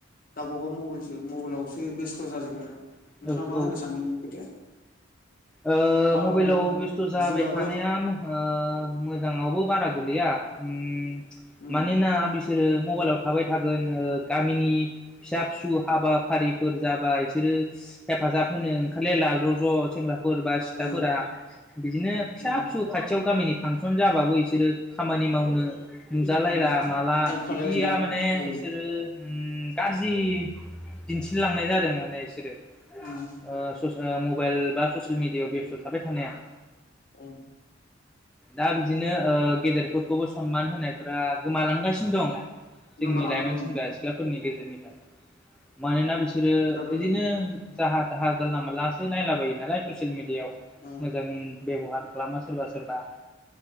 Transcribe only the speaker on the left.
गावबागाव मबाइलसो मबाइलावसो बेस्थ' जाजोबो। नोंथाङा
मा होनो
सानो एनि खोथाया?
दा
हमनो थाङो
बिमायाबो
उम
औ
उम
थारमाने
हेल्प खालायहैला
औ
उम औ
औ
गोमालांगोन
आं
दा बे
ओ